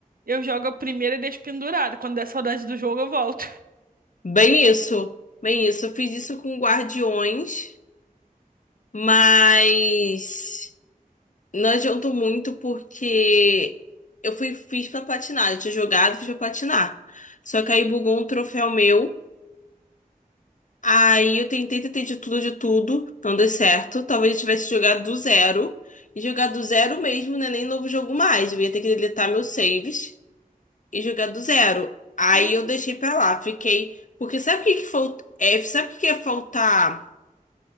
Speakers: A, on the right; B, on the left.
A: eu jogo a primeira e deixo pendurado, quando der saudade do jogo eu volto.
B: Bem isso. Bem isso. Eu fiz isso com Guardiões. Mas não adiantou muito porque eu fui, fiz pra platinar. Eu tinha jogado, fiz pra platinar. Só que aí bugou um troféu meu. Aí eu tentei, tentei de tudo, de tudo. Não deu certo. Talvez eu tivesse jogado do zero. E jogar do zero mesmo, né? Nem novo jogo mais. Eu ia ter que deletar meus saves e jogar do zero. Aí
A: <laughs>
B: eu deixei pra lá. Fiquei. Porque sabe o que que falta? É, sabe o que que é faltar?